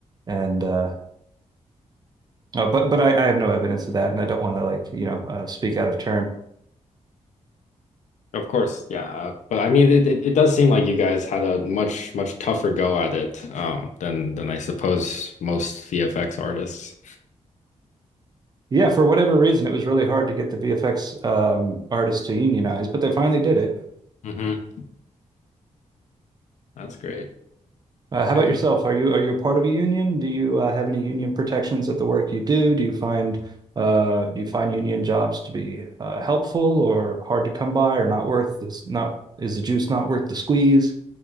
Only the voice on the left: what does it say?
of course, yeah. Uh, But I mean, it, it it does seem like you guys had a much much tougher go at it um, than than I suppose most VFX artists.
hmm That's great.
I,